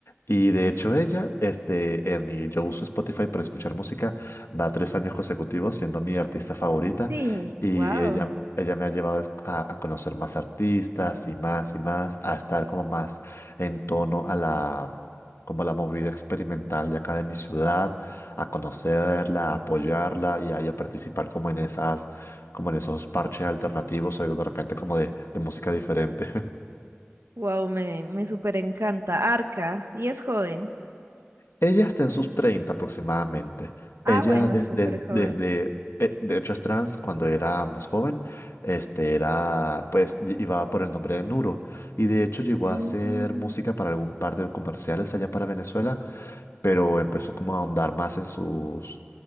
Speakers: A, on the left; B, on the right.
A: Y de hecho ella, este, en mi, yo uso Spotify para escuchar música Va tres años consecutivos siendo mi artista favorita
B: Sí,
A: y
B: wow.
A: ella, ella me ha llevado a, a conocer más artistas y más y más, a estar como más en tono a la, como a la movida experimental de acá de mi ciudad, a conocerla, a apoyarla y a, y a participar como en esas, como en esos parches alternativos o de repente como de, de música diferente.
B: Wow, me, me súper encanta. Arca, y es joven.
A: Ella está en sus 30 aproximadamente.
B: Ah,
A: Ella
B: bueno,
A: des-
B: súper
A: des-
B: joven.
A: desde, eh, de hecho es trans cuando era más joven, este era, pues y- iba por el nombre de Nuro y de hecho llegó
B: Mm,
A: a hacer música para algún par de comerciales allá para Venezuela pero empezó como a ahondar más en sus,